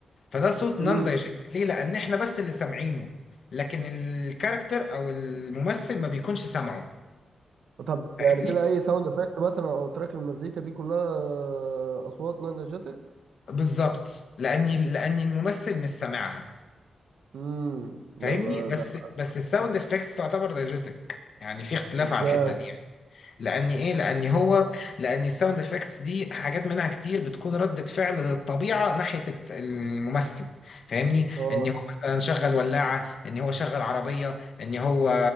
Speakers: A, on the left; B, on the right.
A: فده صوت نان
B: امم.
A: دايجيتك ليه لان احنا بس اللي سامعينه لكن الكاركتر او الممثل ما بيكونش سامعه
B: طب
A: فاهمني؟
B: يعني كده اي ساوند افكت مثلا او تراك المزيكا دي كلها آه، اصوات نينجاتك
A: بالظبط لاني لاني الممثل مش سامعها
B: امم
A: فاهمني
B: ده ده
A: بس
B: ده-
A: بس الساوند افكتس تعتبر دايجيتك يعني في اختلاف
B: ازاي
A: على الحته دي لاني ايه لاني هو لاني الساوند افكتس دي حاجات منها كتير بتكون رده فعل للطبيعه ناحيه الت- الممثل فاهمني
B: اه
A: ان هو مثلا شغل ولاعه ان هو شغل عربيه ان هو